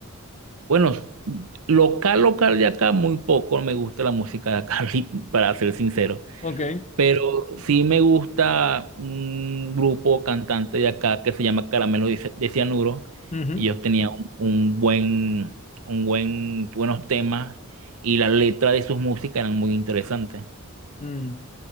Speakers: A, on the right; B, on the left.
A: Bueno, local, local de acá, muy poco me gusta la música de acá, <laughs> para ser sincero.
B: Ok.
A: Pero sí me gusta un grupo cantante de acá que se llama Caramelo de Ce- de Cianuro.
B: Ujú.
A: Y ellos tenían un, un buen, un buen, buenos temas y la letra de sus músicas eran muy interesantes.
B: Mm,